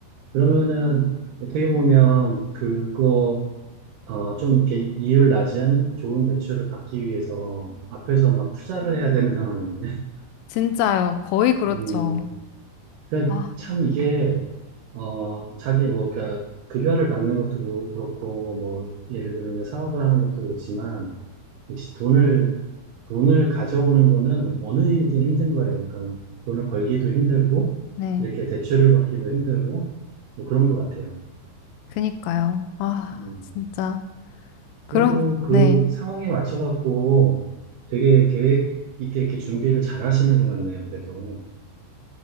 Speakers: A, on the right; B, on the left.
A: 그러면은 어떻게 보면 그거 어, 좀 이렇게 이율 낮은 좋은 대출을 받기 위해서 앞에서 막 투자를 해야 되는 상황이네. <laughs>
B: 진짜요, 거의 그렇죠.
A: 음, 그러니까
B: 아,
A: 참 이게 어 자기 뭐 그러니까 급여를 받는 것도 뭐 그렇고 뭐 예를 들면 사업을 하는 것도 그렇지만 역시 돈을 돈을 가져오는 거는 어느 일이든 힘든 거예요. 그러니까 돈을 벌기도 힘들고
B: 네.
A: 이렇게 대출을 받기도 힘들고 뭐 그런 것 같아요.
B: 그니까요. 아,
A: 음.
B: 진짜. 그럼,
A: 그래도 그
B: 네.
A: 상황에 맞춰갖고 되게 계획 있게 이렇게 준비를 잘 하시는 것 같네요, 그래도.